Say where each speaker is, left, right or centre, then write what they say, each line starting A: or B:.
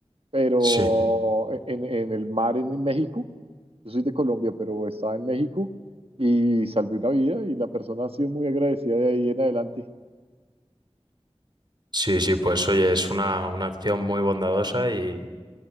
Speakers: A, on the right; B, on the right.
A: pero
B: sí,
A: en, en el mar en México, yo soy de Colombia, pero estaba en México y salvé una vida y la persona ha sido muy agradecida de ahí en adelante.
B: sí, sí, pues oye, es una, una acción muy bondadosa y,